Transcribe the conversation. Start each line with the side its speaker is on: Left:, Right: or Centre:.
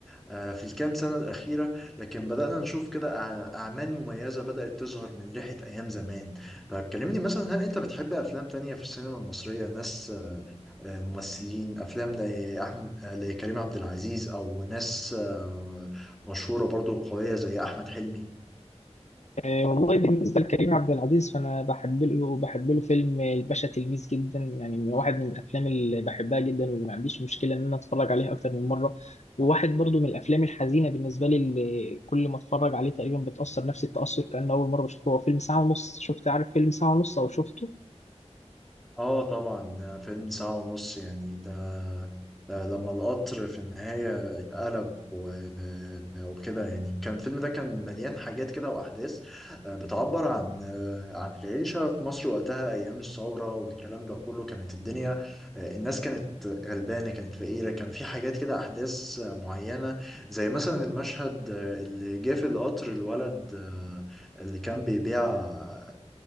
Centre: آه، في الكام سنة الأخيرة لكن بدأنا نشوف كده أع- أعمال مميزة بدأت تظهر من ريحة أيام زمان طيب كلمني مثلا هل انت بتحب افلام تانية في السينما المصرية ناس آه، ممثلين افلام لاحمد لكريم عبد العزيز او ناس آه، مشهورة برضو قوية زي احمد حلمي
Left: آه، والله بالنسبة لكريم عبد العزيز فأنا بحب له بحب له فيلم الباشا تلميذ جدا يعني من واحد من الأفلام اللي بحبها جدا واللي ما عنديش مشكلة إن أنا أتفرج عليها أكتر من مرة وواحد برضو من الأفلام الحزينة بالنسبة لي اللي كل ما أتفرج عليه تقريبا بتأثر نفس التأثر كأنه أول مرة بشوفه هو فيلم ساعة ونص شفت عارف فيلم ساعة ونص أو شفته
Centre: اه طبعا آه، فيلم ساعة ونص يعني ده لما القطر في النهاية اتقلب و- وكده يعني كان الفيلم ده كان مليان حاجات كده وأحداث آه، بتعبر عن آه، عن العيشة في مصر وقتها أيام الثورة والكلام ده كله كانت الدنيا آه، الناس كانت غلبانة كانت فقيرة كان في حاجات كده أحداث معينة زي مثلا المشهد آه، اللي جه في القطر الولد آه، اللي كان بيبيع آه،